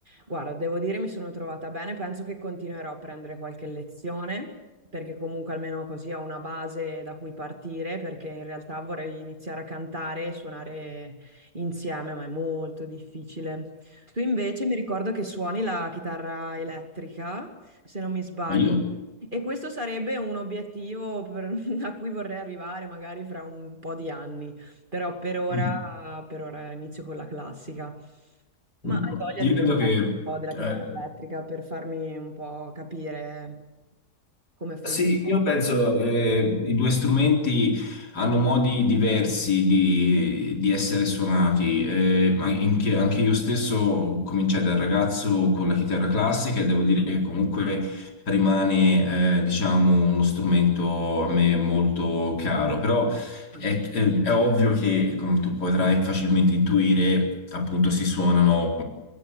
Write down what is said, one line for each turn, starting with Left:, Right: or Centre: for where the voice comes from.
Right: Guarda, devo dire mi sono trovata bene, penso che continuerò a prendere qualche lezione, perché comunque almeno così ho una base da cui partire, perché in realtà vorrei iniziare a cantare e suonare insieme, ma è molto difficile. Tu invece mi ricordo che suoni la chitarra elettrica, se non mi sbaglio,
Left: Ma io,
Right: e questo sarebbe un obiettivo per- <laughs> a cui vorrei arrivare magari fra un po' di anni. Però per ora,
Left: mm,
Right: per ora inizio con la classica. Ma
Left: mm,
Right: hai voglia
Left: io
Right: di
Left: credo
Right: parlare
Left: che
Right: un po' della chitarra
Left: eh,
Right: elettrica per farmi un po' capire come funziona?
Left: Sì, io penso eh, i due strumenti hanno modi diversi di, di essere suonati. eh, ma in che- anche io stesso cominciai da ragazzo con la chitarra classica e devo dire che comunque rimane, eh, diciamo, uno strumento a me molto caro. Però
Right: Mm,
Left: è, è- è ovvio che, come tu potrai facilmente intuire, appunto si suonano